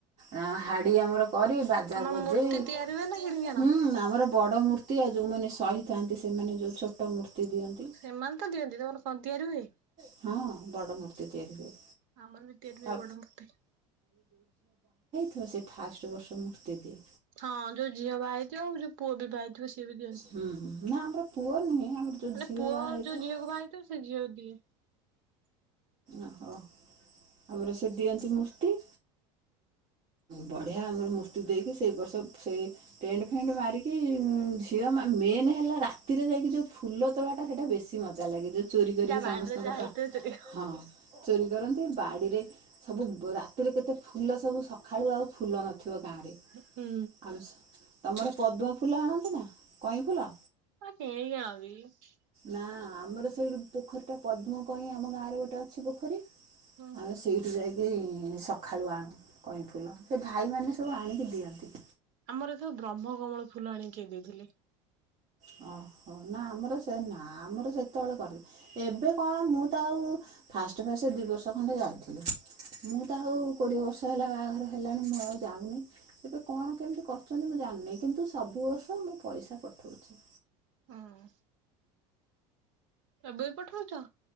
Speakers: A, on the right; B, on the right.
A: ଅ ହାଡି ଆମର କରି ବାଜାବଜେଇ
B: ତମର ମୂର୍ତ୍ତି ତିଆରି ହୁଏ ନା କିଣିକି ଆଣ
A: ହୁଁ ଆମର ବଡ ମୂର୍ତ୍ତି ଆଉ ଯୋଉମାନେ ସହିଥାନ୍ତି ସେମାନେ ଯଉ ଛୋଟ ମୂର୍ତ୍ତି ଦିଅନ୍ତି
B: ସେମାନେ ତ ଦିଅନ୍ତି ତମର କଣ ତିଆରି ହୁଏ?
A: ହଁ, ବଡ଼ ମୂର୍ତ୍ତି ତିଆରି ହୁଏ।
B: ଆମର ବିି ତିଆରି
A: ତା
B: ହୁଏ ବଡ ମୂର୍ତ୍ତି।
A: ହଁ ସେ ଫାର୍ଷ୍ଟ ବର୍ଷ ମୂର୍ତ୍ତି ଦିଏ।
B: ହଁ ଯୋଉ ଝିଅ ବାହା ହେଇଥିବ ଆଉ ଯୋଉ ପୁଅ ବି ବାହା ହେଇଥିବ ସିଏ ବି ଦିଅନ୍ତି।
A: ହୁଁ ନା ଆମର ପୁଅ ନୁହେଁ ଆମର ଯୋଉ
B: ମାନେ
A: ଝିଅ
B: ପୁଅ
A: ବାହା ହେଇଥିବ
B: ଯୋଉ ଝିଅକୁ ବାହାହେଇଥିବ ସେ ଝିଅକୁ ଦିଏ।
A: ଓହୋ ତାପରେ ସେ ଦିଅନ୍ତି ମୂର୍ତ୍ତି। ବଢିଆ ଆମର ମୂର୍ତ୍ତି ଦେଇ ସେ ବର୍ଷ ସେଇ ଟେଣ୍ଡ ଫେଣ୍ଡ ମାରିକି ଝିଅ ମା ମେନେ ହେଲା ରାତିରେ ଯାଇକି ଯୋଉ ଫୁଲ ତୋ ତୋଳା ଟା ସେଇଟା ବେଶୀ ମଜା ଲାଗେ, ଯୋଉ ଚୋରି କରିକି
B: ଯାହା ବାଡିରେ
A: ସମସ୍ତଙ୍କ
B: ଯାହା ହେଇଥିବ
A: ବା
B: ଚୋରେଇକି
A: ହଁ, ଚୋରି କରନ୍ତି ବାଡିରେ ସବୁ ବ୍ ରାତିରେ କେତେ ଫୁଲ ସବୁ ସଖାଳୁ ଆଉ ଫୁଲ ନଥିବ। ଗାଁରେ
B: ହୁଁ।
A: ଆମେ ତମର ପଦ୍ମ ଫୁଲ ଆଣନ୍ତି ନା କଇଁ ଫୁଲ?
B: <unintelligible>
A: ନା ଆମର ସେଇ ପୋଖରୀଟା ପଦ୍ମ କଇଁ ଆମ ଗାଁରେ ଗୋଟେ ଅଛି ପୋଖରୀ
B: ହୁଁ
A: ଆମେ ସେଉଠୁ ଯାଇକି ସଖାଳୁ ଆଣୁ କଇଁଫୁଲ। ସେ ଭାଇମାନେ ସବୁ ଆଣିକି ଦିଅନ୍ତି।
B: ଆମର ଏଥର ବ୍ରହ୍ମ କମଳ ଫୁଲ ଆଣିକି କିଏ ଦେଇଥିଲେ?
A: <unintelligible> ନା ଆମର ସେ ନା ଆମର ସେତେବେଳେ କରେ ଏବେ କଣ ମୁଁ ତ ଆଉ ଫାଷ୍ଟ ଏ ସେ ଦୁଇ ବର୍ଷ ଖଣ୍ଡେ ଯାଇଥିଲି, ମୁଁ ତ ଆଉ କୋଡ଼ିଏ ବର୍ଷ ହେଲା ବାହାଘର ହେଲାଣି ମୁଁ ଆଉ ଆଉ ଯାଉନି ଏବେ କଣ କେମିତି କରୁଛନ୍ତି ମୁଁ ଜାଣିନି କିନ୍ତୁ ସବୁ ବର୍ଷ ମୁଁ ପଇସା ପଠଉଛି।
B: ହଁ। ଏବେ ବି ପଠଉଚ?